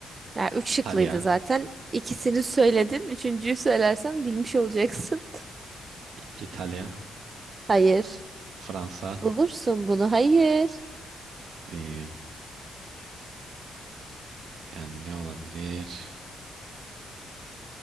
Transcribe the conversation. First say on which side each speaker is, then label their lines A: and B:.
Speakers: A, on the right; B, on the right.
A: Yani üç
B: İtalya,
A: şıklıydı zaten. İkisini söyledin. Üçüncüyü söylersen bilmiş olacaksın.
B: İ- İtalya,
A: <laughs> Hayır.
B: Fransa,
A: Bulursun bunu. Hayır.
B: ee, yani ne olabilir?